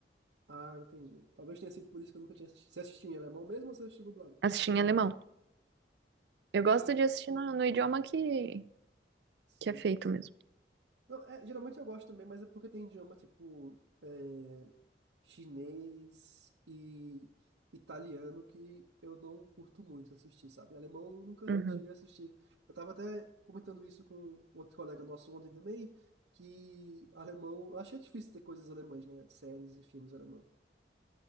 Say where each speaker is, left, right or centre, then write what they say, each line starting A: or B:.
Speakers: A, on the right; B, on the right.
A: Ah, entendi. Talvez tenha sido por isso que eu nunca tinha assistido. Você assistiu em alemão mesmo ou você assistiu dublado?
B: Assisti em alemão. Eu
A: E.
B: gosto de assistir no, no idioma que,
A: Sim.
B: que é feito mesmo.
A: Não, é, geralmente eu gosto também, mas é porque tem idioma tipo é, chinês e italiano que eu não curto muito assistir, sabe? Alemão eu nunca
B: Uhum.
A: cheguei a assistir. Eu tava até comentando isso com um outro colega nosso ontem também, que alemão, eu achei difícil ter coisas alemãs, né? Séries e filmes alemão.